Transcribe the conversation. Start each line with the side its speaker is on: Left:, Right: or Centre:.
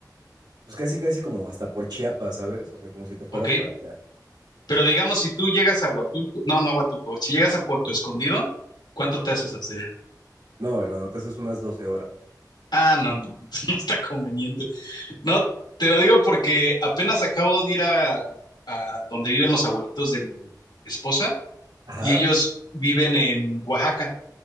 Right: pues casi, casi como hasta por Chiapas, ¿sabes? O sea, como si te fueras
Left: ok.
Right: para allá.
Left: Pero digamos, si tú llegas a Huatulco, no, no a Huatulco, si llegas a Puerto Escondido, ¿cuánto te haces hacia allá?
Right: No, hermano, te haces unas 12 horas.
Left: Ah, no, no, no, <laughs> no está conveniente. No, te lo digo porque apenas acabo de ir a, a donde viven los abuelitos de mi esposa
Right: Ajá.
Left: y ellos viven en Oaxaca,